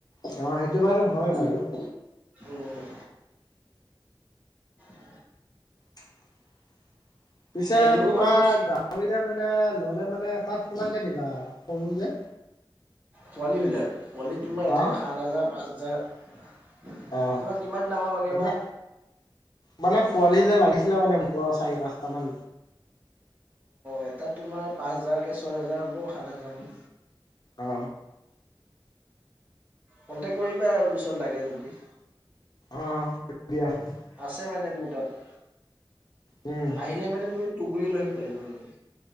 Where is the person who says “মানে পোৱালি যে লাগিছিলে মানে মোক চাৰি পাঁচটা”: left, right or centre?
Left